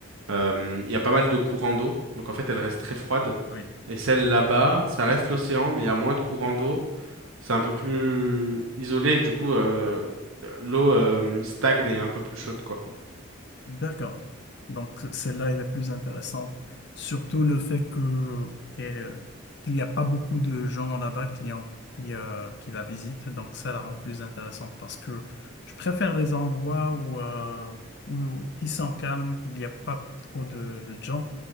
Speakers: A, on the right; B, on the left.
A: Euh, Il y a pas mal de courants d'eau, donc en fait elle reste très froide.
B: Oui.
A: Et celle là-bas, ça reste l'océan, mais il y a moins de courants d'eau. C'est un peu plus isolé, du coup euh, l'eau euh, stagne et est un peu plus chaude, quoi.
B: D'accord. Donc, celle-là, elle est plus intéressante. Surtout le fait que, que- qu'il n'y a pas beaucoup de gens là-bas qui, en- qui, euh, qui la visitent. Donc, ça la rend plus intéressante parce que je préfère les endroits où, euh, où- qui sont calmes, où il n'y a pas trop de gens.